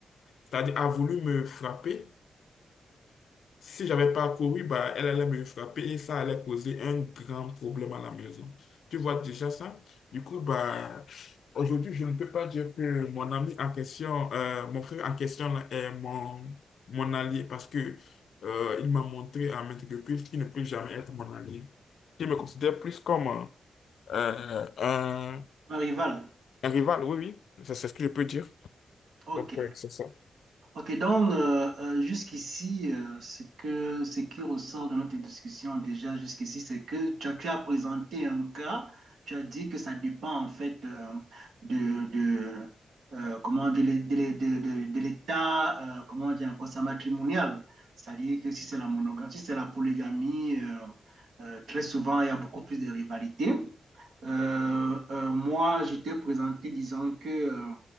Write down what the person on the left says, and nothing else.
c'est-à-dire a voulu me frapper si j'avais pas couru, bah, elle allait me frapper et ça allait causer un grand problème à la maison. Tu vois déjà ça? Du coup, bah, aujourd'hui, je ne peux pas dire que mon ami en question, euh, mon frère en question là, est mon, mon allié parce que, euh, il m'a montré à maintes reprises qu'il ne peut jamais être mon allié. Je me considère plus comme euh, un,
un rival, oui, oui, c'est c'est ce que je peux dire.
Donc, ouais, c'est ça.